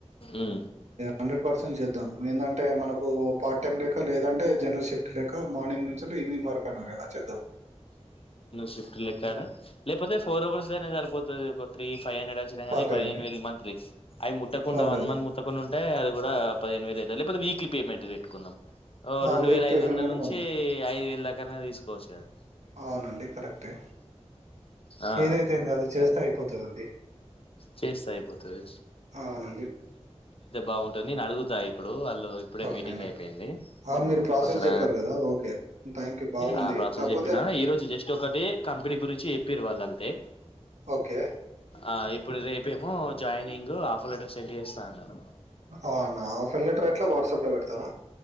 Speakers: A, on the left (about 55°); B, on the right (about 90°).
A: అమ్
B: హండ్రెడ్ పర్సెంట్ చేద్దాం ఏందంటే మనకు పార్ట్ టైమ్ లేక లేదంటే జనరల్ షిఫ్ట్ లేక మార్నింగ్ నుంచుంటే ఈవినింగ్ వర్కున్నారు ద చేద్దాం
A: షిఫ్ట్ లెక్కడ
B: హ్మ్.
A: లేకపోతే ఫోర్ అవర్స్ అనే సరిపోతది త్రీ ఫైవ్ హండ్రెడ్ వచ్చినాయి
B: పర్లేదండి.
A: కానీ పదిహేను వే మంత్లీ అవి ముట్టకుండా
B: పర్లేదు.
A: వన్ మంత్ ముట్టకుండా ఉంటే అది కూడా పదిహేనేవేలువుంది లేకపోత వీక్ లి పేమెంట్ పెట్టుకుందాం ఓ
B: ఆ!
A: రెండు
B: విత్
A: వేల
B: పేమెంట్
A: ఐదు వందల
B: అయిన
A: నుంచి ఐదు వేలు లెక్కన తిస్కో వచ్చు కదా
B: అవునండి కరెక్టే
A: ఆ!
B: ఏదైతేంది అది చేస్తే అయిపోత దండి
A: చేస్తే అయిపోతది.
B: అవునండి
A: బాగుంటది నేను అడుగుతా ఇప్పుడు వాళ్ళు ఇప్పుడే
B: ఓకే
A: మీటింగ్
B: అండి.
A: అయిపోయింది
B: ఆ! మీరు ప్రాసెస్
A: ఒకసర
B: జెప్పారు గదా! ఓకే. థాంక్యూ బాగుంది.
A: ఆ ప్రాసెస్
B: కాపోతే
A: చెప్పిస్తా చెప్పినాం ఈ రోజు జస్ట్ ఒకటి కంపెనీ గురించి చెప్పిరు వాళ్ళ తే
B: ఓకే.
A: ఆ ఇప్పుడు రేపేమో జాయినింగ్ ఆఫర్ లెటర్ సెండ్ చేస్తా అన్నారు
B: అవునా? ఆఫర్ లెటర్ ఎట్లా వాట్సాప్‌లో పెడతారా?